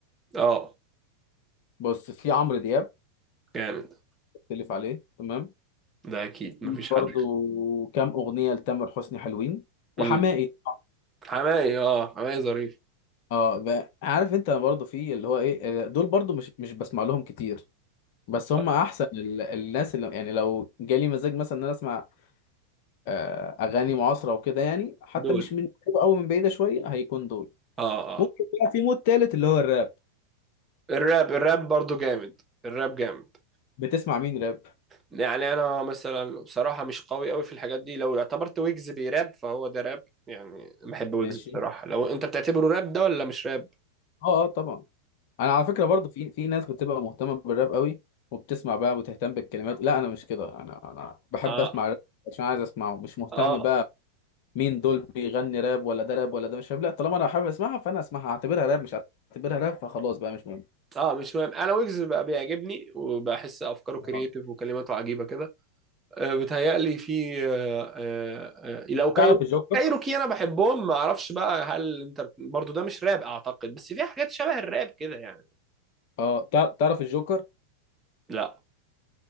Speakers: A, on the right; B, on the left.
A: اه
B: بص في عمرو دياب
A: جامد
B: تلف عليه تمام
A: ده اكيد
B: برضو
A: مفيش حد
B: كام اغنيه لتامر حسني حلوين وحماقي
A: امم
B: طبعاً.
A: حماقي اه حماقي ظريف
B: اه ب- عارف انت برضو في اللي هو ايه آه، دول برضو مش مش بسمع لهم كتير بس هم
A: آه،
B: احسن ال- الناس اللي يعني لو جالي مزاج مثلا ان انا اسمع آه، اغاني معاصره وكده يعني حتى
A: دول
B: مش من قريبة أوي من بعيده شويه هيكون دول
A: اه اه
B: ممكن
A: آه.
B: بقى في مود تالت اللي هو الراب
A: الراب الراب برضو جامد الراب جامد
B: بتسمع مين راب
A: يعني انا مثلا بصراحه مش قوي قوي في الحاجات دي لو اعتبرت ويجز بيراب فهو ده راب يعني بحب ويجز
B: ماشي
A: بصراحه لو انت بتعتبره راب ده ولا مش راب
B: اه اه طبعا انا على فكره برضو في في ناس بتبقى مهتمه بالراب قوي وبتسمع بقى وتهتم بالكلمات لا انا مش كده انا انا بحب
A: اه
B: اسمع راب عشان عايز اسمعه مش مهتم
A: اه
B: بقى مين دول بيغني راب ولا ده راب ولا ده مش راب لا طالما انا حابب اسمعها فانا اسمعها اعتبرها راب مش اعتبرها راب فخلاص بقى مش مهم
A: اه مش مهم انا ويجز بقى بيعجبني وبحس افكاره كرييتيف
B: آه.
A: وكلماته عجيبه كده آه بتهيألي في آه آه آه لو كايرو
B: تعرف الجوكر
A: كايروكي انا بحبهم ما اعرفش بقى هل انت برضو ده مش راب اعتقد بس في حاجات شبه الراب كده يعني
B: اه تع- تعرف الجوكر
A: لا